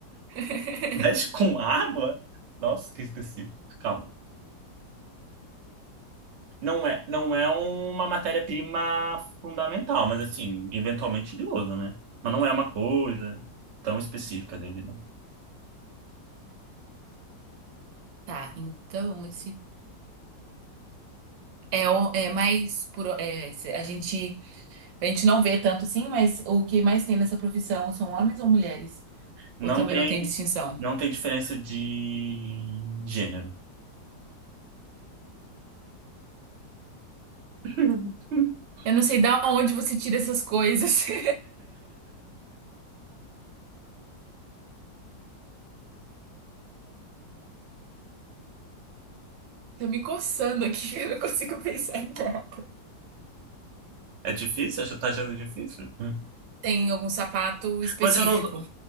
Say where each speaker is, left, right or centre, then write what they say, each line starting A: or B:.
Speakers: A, on the right; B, on the right.
A: <laughs>
B: Mexe com água? Nossa, que específico. Calma. Não é, não é uma matéria-prima fundamental, mas assim, eventualmente ele usa, né? Mas não é uma coisa tão específica dele, não.
A: Tá, então esse é, o- é mais por é, se- a gente a gente não vê tanto assim, mas o que mais tem nessa profissão são homens ou mulheres?
B: Não
A: Ou também
B: tem,
A: não tem distinção?
B: não tem diferença de gênero. <laughs>
A: Eu não sei da onde você tira essas coisas. <laughs> Tô me coçando aqui, <laughs> eu não consigo pensar em nada.
B: É difícil? Você tá achando difícil? Hum.
A: Tem algum sapato específico?
B: Mas eu não.